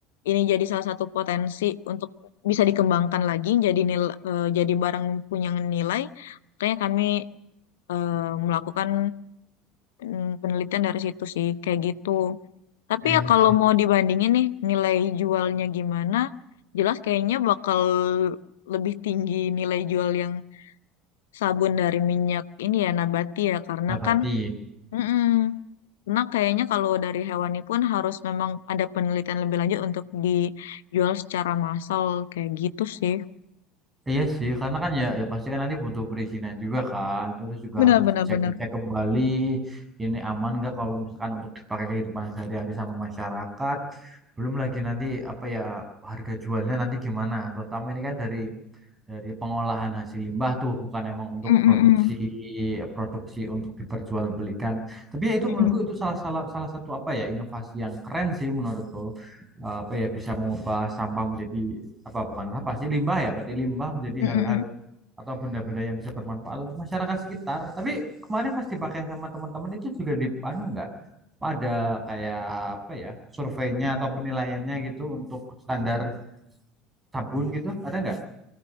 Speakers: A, on the left; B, on the right.
A: ini jadi salah satu potensi untuk bisa dikembangkan lagi jadi nil, eh, jadi barang punya nilai makanya kami eh, melakukan mm, penelitian dari situ sih kayak gitu tapi
B: tuh?
A: ya kalau mau dibandingin nih nilai jualnya gimana jelas kayaknya bakal lebih tinggi nilai jual yang sabun dari minyak ini ya nabati ya karena
B: Nah, berarti
A: kan Mm-mm. Karena kayaknya kalau dari hewani pun harus memang ada penelitian lebih lanjut untuk dijual secara massal kayak gitu sih.
B: iya sih, karena kan ya ya pasti kan nanti butuh perizinan juga kan. Terus juga
A: Benar,
B: harus
A: benar,
B: dicek-dicek
A: benar.
B: kembali ini aman nggak kalau misalkan untuk dipakai kehidupan sehari-hari sama masyarakat. Belum lagi nanti apa ya harga jualnya nanti gimana. Terutama ini kan dari dari pengolahan hasil limbah tuh bukan emang untuk
A: Mm-mm-mm.
B: produksi produksi untuk diperjualbelikan. Tapi ya itu menurutku
A: Mm-mm.
B: itu salah salah salah satu apa ya inovasi yang keren sih menurutku. Eh, apa ya bisa mengubah sampah menjadi apa bukan apa sih limbah ya berarti limbah menjadi
A: Mm-mm-mm.
B: hal-hal atau benda-benda yang bisa bermanfaat untuk masyarakat sekitar. Tapi kemarin pas dipakai sama teman-teman itu juga di anu enggak Apa ada kayak apa ya surveinya atau penilaiannya gitu untuk standar sabun gitu ada nggak?